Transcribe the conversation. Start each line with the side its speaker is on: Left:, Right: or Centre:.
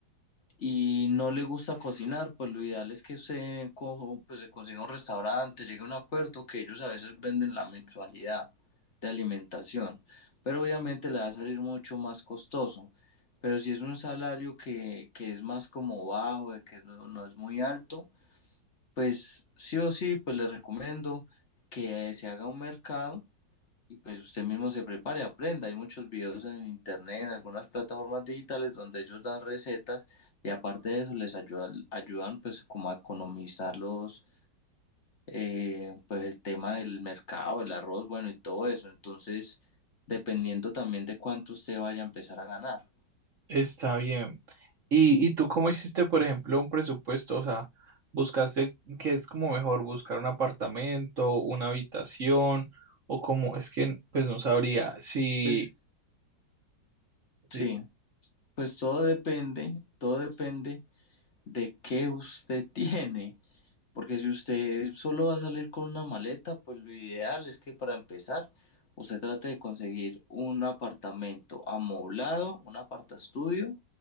Left: y no le gusta cocinar, pues lo ideal es que usted cojo, pues se consiga un restaurante, llegue a un acuerdo que ellos a veces venden la mensualidad de alimentación, pero obviamente le va a salir mucho más costoso. Pero si es un salario que, que es más como bajo, de que no, no es muy alto, pues sí o sí, pues le recomiendo que se haga un mercado y pues usted mismo se prepare, aprenda. Hay muchos videos en internet, en algunas plataformas digitales donde ellos dan recetas y aparte de eso les ayuda, ayudan pues como a economizar los, eh, pues el tema del mercado, el arroz, bueno y todo eso. Entonces, dependiendo también de cuánto usted vaya a empezar a ganar.
Right: Está bien. ¿Y, y tú cómo hiciste, por ejemplo, un presupuesto? O sea, ¿buscaste qué es como mejor buscar un apartamento, una habitación o como es que pues no sabría si
Left: Pues sí,
Right: dime,
Left: pues todo depende, todo depende de qué usted <laughs> tiene. Porque si usted solo va a salir con una maleta, pues lo ideal es que para empezar, usted trate de conseguir un apartamento amoblado, un apartaestudio,